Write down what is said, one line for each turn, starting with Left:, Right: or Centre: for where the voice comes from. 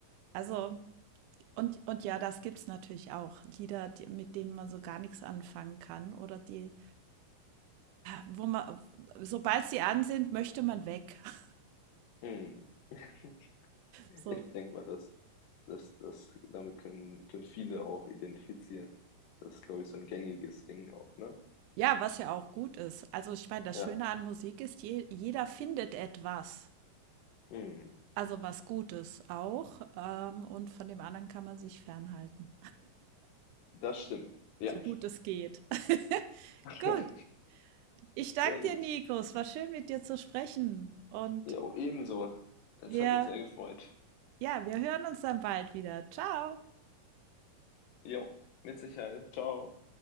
Right: also, und, und ja, das gibt's natürlich auch. Lieder, die, mit denen man so gar nichts anfangen kann oder die, wo man, sobald sie an sind, möchte man weg. <laughs>
Left: Hm. <laughs>
Right: So,
Left: Ich denke mal, dass, dass, dass damit können, können viele auch identifizieren. Das ist, glaube ich, so ein gängiges Ding auch, ne?
Right: Ja, was ja auch gut ist. Also ich meine, das
Left: Ja.
Right: Schöne an Musik ist, je, jeder findet etwas,
Left: Hm.
Right: also was Gutes auch. Ähm, und von dem anderen kann man sich fernhalten,
Left: Das stimmt. Ja,
Right: so gut es geht. <laughs>
Left: <laughs>
Right: Gut, ich danke
Left: sehr
Right: dir,
Left: gut.
Right: Nico. Es war schön, mit dir zu sprechen. Und
Left: Jo, ebenso. Es
Right: wir,
Left: hat mich sehr gefreut.
Right: ja, wir hören uns dann bald wieder. Ciao.
Left: Jo, mit Sicherheit. Ciao.